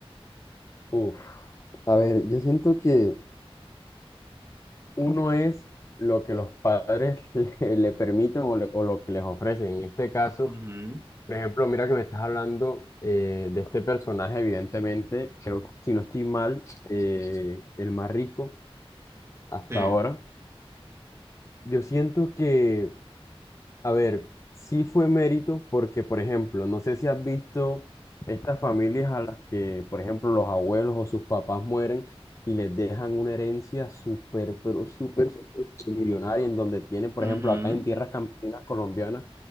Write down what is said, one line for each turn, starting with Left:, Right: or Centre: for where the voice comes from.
Left: Uf. A ver, yo siento que uno es lo que los padres <laughs> le, le permiten o, le- o lo que les ofrecen. En este caso,
Right: Ujú,
Left: Por ejemplo, mira que me estás hablando eh, de este personaje, evidentemente, creo que si no estoy mal, eh, el más rico hasta
Right: Sí.
Left: ahora. Yo siento que a ver, sí fue mérito porque, por ejemplo, no sé si has visto estas familias a las que, por ejemplo, los abuelos o sus papás mueren y les dejan una herencia súper, pero súper, súper millonaria, en donde tienen, por
Right: Ujú.
Left: ejemplo, acá en tierras campesinas colombianas,